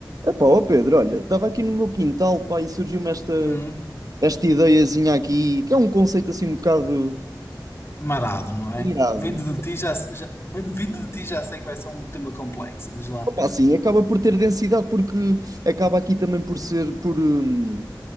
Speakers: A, on the right; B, on the left.
A: Epá, ó Pedro, olha, estava aqui no meu quintal, pá, e surgiu-me esta,
B: Hum,
A: esta ideiazinha aqui, que é um conceito assim um bocado
B: marado, não é?
A: engraçado.
B: Vindo de ti já, se- já, vindo vindo de ti já sei que vai ser um tema complexo, diz lá.
A: Opa, assim, acaba por ter densidade porque acaba aqui também por ser, por hum,